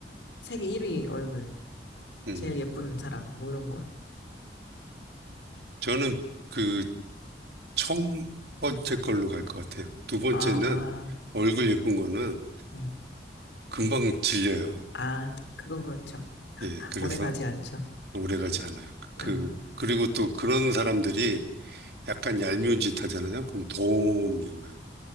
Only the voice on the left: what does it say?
세계 1위 얼굴
제일 예쁜 사람 뭐 이런 거요.
아,
네.
아 그건 그렇죠.
오래 가지 않죠.
네.